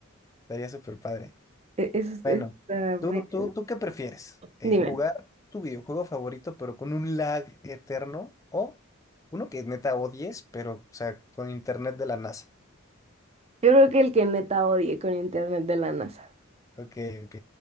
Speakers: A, on the left (about 15°); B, on the right (about 30°).
A: Sería súper padre.
B: Eh, Eso es-
A: Bueno,
B: está medio-
A: ¿tú, tú, tú qué prefieres? Eh,
B: Dime,
A: ¿jugar tu videojuego favorito pero con un lag eterno o uno que neta odies pero, o sea, con internet de la NASA?
B: yo creo que el que neta odie con internet de la NASA.
A: Ok, ok.